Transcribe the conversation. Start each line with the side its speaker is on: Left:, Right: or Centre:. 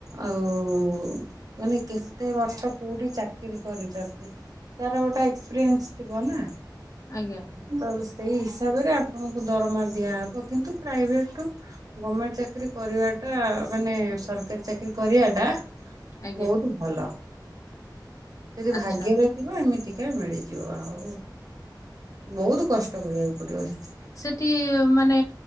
Right: ଆଉ ମାନେ କେତେ ବର୍ଷ କୋଉଠି ଚାକିରି କରିଚନ୍ତି। ତାର ଗୋଟା ଏକ୍ସପିରିଏନ୍ସ ଥିବ ନା।
Left: ଆଜ୍ଞା।
Right: ତ ସେଇ ହିସାବରେ ଆପଣଙ୍କୁ ଦରମା ଦିଆହବ କିନ୍ତୁ ପ୍ରାଇଭେଟରୁ ଗମେଣ୍ଟ ଚାକିରୀ କରିବାଟା ମାନେ ସରକାରୀ ଚାକିରୀ କରିବାଟା
Left: ଆଜ୍ଞା
Right: ବହୁତ୍ ଭଲ, ଯଦି ଭାଗ୍ୟରେ
Left: ଆଚ୍ଛା
Right: ଥିବ ଏମିତିକା ମିଳିଯିବ ଆଉ ବହୁତ୍ କଷ୍ଟ କରିବାକୁ ପଡ଼ିବ ସେଥିପାଇଁ।
Left: <unintelligible> ମାନେ